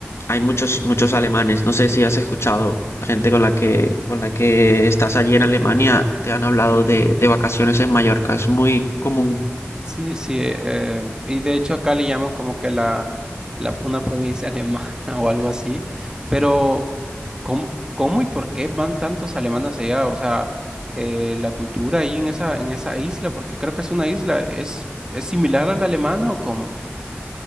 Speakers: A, on the left (about 75°); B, on the right (about 15°).
A: hay muchos, muchos alemanes. No sé si has escuchado la gente con la que, con la que estás allí en Alemania, te han hablado de, de vacaciones en Mallorca. Es muy común.
B: Sí, sí. eh, y de hecho acá le llaman como que la, la una provincia alemana <laughs> o algo así. Pero, ¿cómo, cómo y por qué van tantos alemanes allá? O sea, eh, la cultura ahí en esa, en esa isla, porque creo que es una isla, ¿es, es similar a la alemana o cómo?